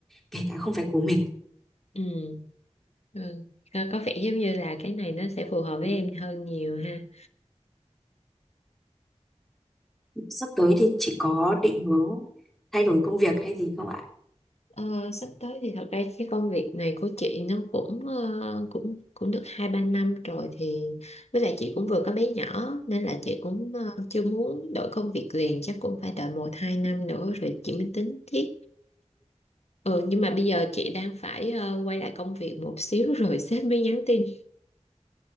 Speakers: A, in the centre; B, on the left (about 65°).
A: kể cả không phải của mình
B: Ừ. Ừ. Có có vẻ giống như là cái này nó sẽ phù hợp với
A: Ừ.
B: em hơn nhiều ha.
A: sắp tới thì chị có định hướng thay đổi công việc hay gì không ạ
B: Ờ, sắp tới thì thật ra cái công việc này của chị nó cũng ờ, cũng cũng được hai ba năm rồi thì với lại chị cũng vừa có bé nhỏ nên là chị cũng ờ, chưa muốn đổi công việc liền chắc cũng phải đợi một hai năm nữa rồi chị mới tính tiếp. Ừ, nhưng mà bây giờ chị đang phải ờ, quay lại công việc một xíu <laughs> rồi sếp mới nhắn tin.